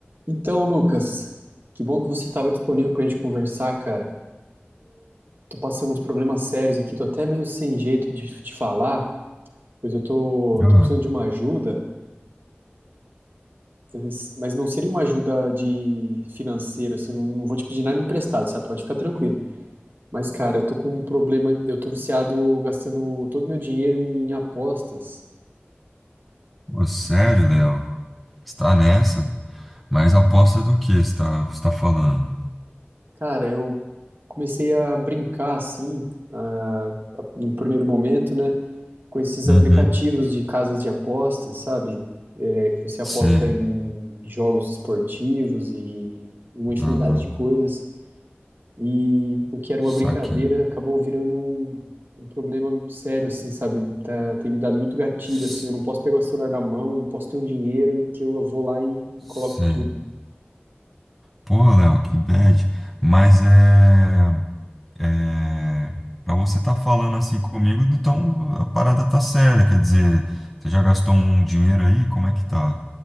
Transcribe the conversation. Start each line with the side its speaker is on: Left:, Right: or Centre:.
Right: Então, Lucas, que bom que você estava disponível para a gente conversar, cara. Tô passando uns problemas sérios aqui, tô até meio sem jeito de te falar, pois eu tô,
Centre: Ah,
Right: tô precisando de uma ajuda, mas mas não seria uma ajuda de financeira, assim, não, não vou te pedir nada emprestado, sabe? Pode ficar tranquilo. Mas, cara, eu tô com um problema, eu tô viciado gastando todo meu dinheiro em apostas.
Centre: ô, sério, Léo? Está nessa? Mas aposta do que está está falando?
Right: Cara, eu comecei a brincar assim, ah, num primeiro momento, né? com esses
Centre: Uhum.
Right: aplicativos de casas de apostas, sabe? É, que você aposta
Centre: Sei.
Right: em jogos esportivos e uma infinidade
Centre: Aham.
Right: de coisas. E o que era uma brincadeira
Centre: Saquei.
Right: acabou virando um, um problema sério, assim, sabe? Tá, tem me dado muito gatilho,
Centre: S-
Right: assim. Eu não posso pegar o celular na mão, não posso ter um dinheiro que eu vou lá e,
Centre: Sei.
Right: e coloco tudo.
Centre: Porra, Léo, que bad. Mas é, é para você estar falando assim comigo, então a parada tá séria, quer dizer, você já gastou um dinheiro aí? Como é que tá?